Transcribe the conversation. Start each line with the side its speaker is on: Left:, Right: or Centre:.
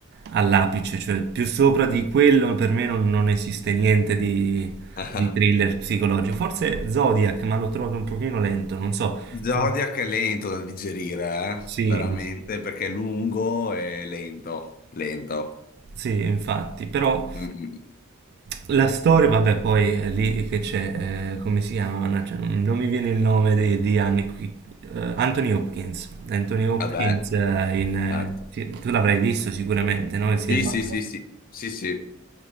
Right: all'apice, cioè più sopra di quello per me non, non esiste niente di,
Left: <laughs>
Right: di thriller psicologico. Forse Zodiac, ma l'ho trovato un pochino lento, non so.
Left: Zodiac
Right: Tu...
Left: è lento da digerire,
Right: Sì.
Left: eh? Veramente,
Right: sì.
Left: perché è lungo e lento, lento.
Right: Sì, infatti, però
Left: Mm, mm.
Right: la storia, vabbè, poi è lì che c'è, eh, come si chiama? Mannaggia, non, non mi viene il nome di, di Annie qui. Eh, Anthony Hopkins. Anthony Hopkins,
Left: Vabbè,
Right: eh, in, eh,
Left: certo.
Right: si- tu l'avrai visto sicuramente, no? Il silenzio.
Left: Sì, sì, sì, sì, sì, sì.